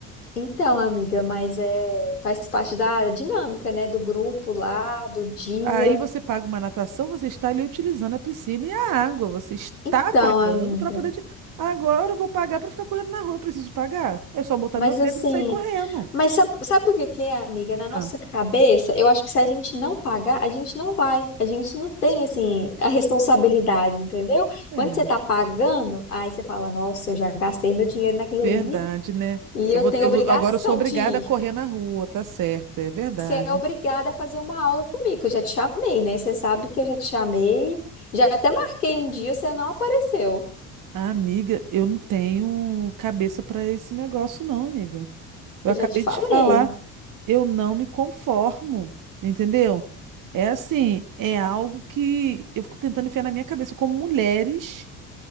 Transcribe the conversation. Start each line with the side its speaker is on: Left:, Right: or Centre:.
Left: então, amiga, mas é, faz parte da dinâmica, né, do grupo lá, do dia.
Right: Aí você paga uma natação, você está ali utilizando a piscina e a água. Você está
Left: Então,
Right: pagando
Left: amiga.
Right: para poder. te- Agora eu vou pagar para ficar correndo na rua. Eu preciso pagar. É só botar
Left: Mas
Right: meu tênis
Left: assim,
Right: e sair correndo.
Left: mas sabe, sabe o que que é, amiga? Na nossa
Right: Ah,
Left: cabeça, eu acho que se a gente não pagar, a gente não vai. A gente não tem, assim, a responsabilidade, entendeu?
Right: é,
Left: Quando você tá pagando, aí você fala, nossa, eu já gastei meu dinheiro naquilo
Right: verdade,
Left: ali
Right: né?
Left: e
Right: Eu
Left: eu
Right: vou,
Left: tenho
Right: eu
Left: obrigação
Right: vou- agora eu sou obrigada
Left: de ir.
Right: a correr na rua, tá certo, é verdade.
Left: Você é obrigada a fazer uma aula comigo, que eu já te chamei, né? Você sabe que eu já te chamei, já até marquei um dia, você não apareceu.
Right: Ah, amiga, eu não tenho cabeça para esse negócio, não, amiga. Eu
Left: Eu
Right: acabei
Left: já te falei.
Right: de te falar, eu não me conformo, entendeu? É assim, é algo que eu fico tentando enfiar na minha cabeça, como mulheres